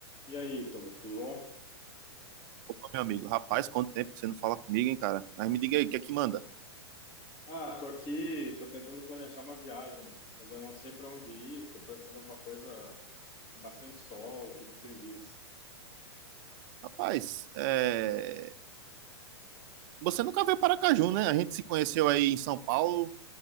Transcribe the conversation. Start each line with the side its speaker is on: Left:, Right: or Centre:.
Left: E aí, Ítalo, tudo bom?
Right: Opa, meu amigo, rapaz, quanto tempo que você não fala comigo, hein, cara? Mas me diga aí, o que é que manda?
Left: Ah, tô aqui, tô tentando planejar uma viagem, mas eu não sei para onde ir, tô pensando em alguma coisa com bastante sol, o que que você me diz?
Right: Rapaz, é... você nunca veio para Aracaju, né? A gente se conheceu aí em São Paulo,